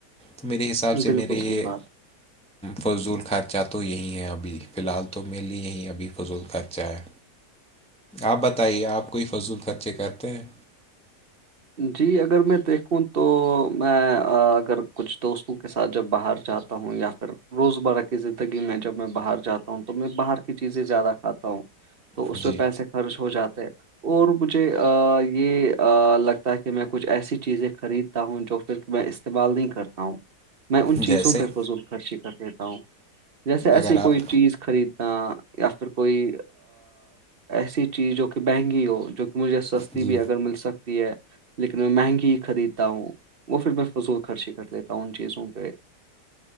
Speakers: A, in the centre; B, on the right (about 40°).
A: تو میرے حساب سے
B: بالکل
A: میرے یہ
B: صحیح بات
A: فضول خرچہ تو یہیں ہے ابھی فی الحال تو میرے لیے یہیں ابھی فضول خرچہ ہے آپ بتائیے آپ کوئی فضول خرچے کرتے ہیں
B: جی اگر میں دیکھوں تو میں اگر کچھ دوستوں کے ساتھ جب باہر جات ہوں یا پھر روزمرہ کی زندگی میں جب میں باہر جاتا ہوں تو میں باہر کی چیزیں زیادہ کھاتا ہوں تو اس
A: جی
B: پہ پیسے خرچ ہو جاتے اور مجھے یہ لگ تہ میں کچھ ایسی چیزیں خریدتا ہوں جو پھر میں استعمال نہیں کرتا ہوں میں ان
A: جیسے
B: چیزوں پہ فضول خرچی کر لیتا ہوں جیسے ایسی
A: اگر
B: کوئی
A: آپ
B: چیز خرید یا پھر کوئی ایسی چیز جو کہ مہنگی ہو جو مجھے سستی
A: جی
B: بھی اگر مل سکتی ہے لیکن میں مہنگی ہی خریدتا ہوں وہ پھر میں فضول خرچی کر لیتا ہوں ان چیزوں پہ